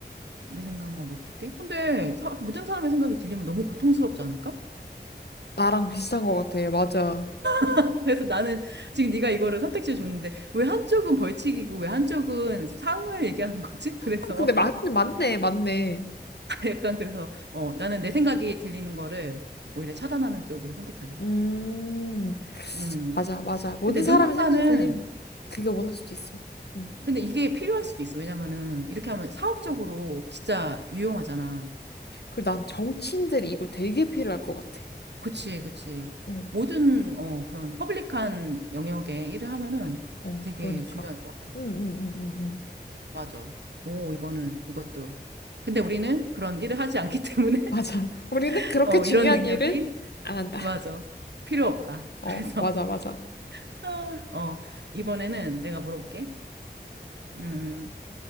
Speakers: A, on the right (about 80°); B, on the left (about 70°).
A: 내 생각만 못 듣게? 근데 사, 모든 사람의 생각이 들리면 너무 고통스럽지 않을까?
B: 나랑 비슷한 것 같아. 맞아.
A: <laughs> 그래서 나는 지금 네가 이거를 선택지를 줬는데 왜 한쪽은 벌칙이고 왜 한쪽은 상을 얘기하는 거지? 그래서
B: 아, 근데 맞, 맞네, 맞네.
A: <laughs> 약간 그래서 어 나는 내 생각이 들리는 거를 오히려 차단하는 쪽을 선택할래.
B: 음,
A: 음.
B: 맞아, 맞아. 모든
A: 근데
B: 사람의
A: 누군가는
B: 생각이 들림, 그게 원할 수도 있어. 음.
A: 근데 이게 필요할 수도 있어. 왜냐면은 이렇게 하면 사업적으로 진짜 유용하잖아.
B: 그리고 난 정치인들이 이거 되게 필요할 것 같아.
A: 그치, 그치.
B: 어,
A: 모든 어 그런 퍼블릭한 영역에 일을 하면은
B: 어,
A: 되게
B: 그러니까.
A: 중요할 것 같아.
B: 응, 응, 응, 응, 응.
A: 맞아. 오, 이거는, 이것도. 근데 우리는 그런 일을 하지 않기 때문에,
B: 맞아. 우리는
A: <laughs>
B: 그렇게
A: 어,
B: 중요한
A: 이런 능력이,
B: 일은 안 한다.
A: 맞아. 필요 없다.
B: 어,
A: 그래서,
B: 맞아, 맞아.
A: <laughs> 아, 어, 이번에는 내가 물어볼게. 음,